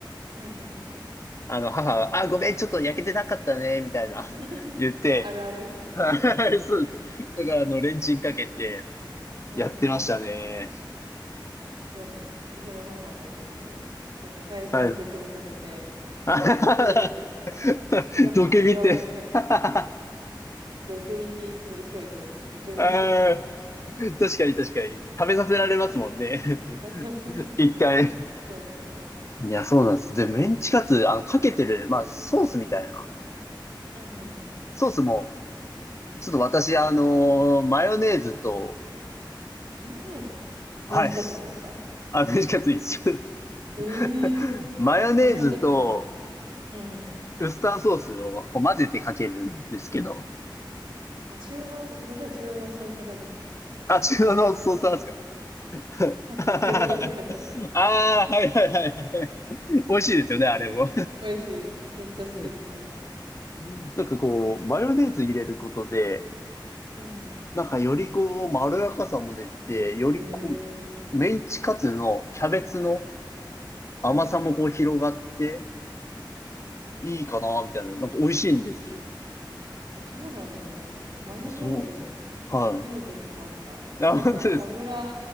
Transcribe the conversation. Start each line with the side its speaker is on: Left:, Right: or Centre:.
Right: うんうん。
Left: あの、母は、あ、ごめん、ちょっと焼けてなかったね、みたいな、
Right: <laughs>
Left: 言って、
Right: あるあるですね。
Left: はい、
Right: <laughs>
Left: そうです。だから、あの、レンチンかけて、
Right: うんうん。
Left: やってましたね。
Right: そうですね。私の母もよく、なんか最初に毒味させて、
Left: はい。<laughs>
Right: 火取ってるって言って、いや、入ってるよみたいな。
Left: どけ見て。<laughs>
Right: <laughs> 毒味っていつも、いつも言ってるんですけど、毒味してっつって。
Left: ああ、確かに確かに。食べさせられますもんね。<laughs>
Right: <laughs>
Left: 一回。
Right: そうですね。
Left: いや、そうなんです。で、メンチカツ、あの、かけてる、まあ、ソースみたいな。
Right: うんうんうん。
Left: ソースも、ちょっと私、あのーマヨネーズと、
Right: マヨネーズメンチカツにですか
Left: はい。<laughs> あ、メンチカツ一緒。<laughs>
Right: ええー、
Left: マヨネーズと、
Right: 初めて聞きました。うんうん。
Left: ウスターソースをこう混ぜてかけるんですけど。
Right: あ中濃、私は中濃ソース派です。
Left: あ、中央のソースなんですか
Right: <laughs>
Left: <laughs>
Right: はい、
Left: あ
Right: ブルドッグの。
Left: あはいはいはいはい。美味しいですよね、あれも。
Right: 美味しい。めっちゃ好きです、
Left: う
Right: あれ。
Left: んなんかこう、マヨネーズ入れることで、
Right: うんう
Left: なんかよりこう、まろやかさも出て、よりこ
Right: ん。へえ。
Left: う、メンチカツのキャベツの
Right: うんうんうん。
Left: 甘さもこう広がって、いいかな、みたいな。なんか美味しいんですよ。
Right: あ、そうなんですね。マヨネーズ、
Left: そう。は
Right: 初めて聞きました。
Left: い。あ、
Right: なんか、
Left: 本当ですか。
Right: 油、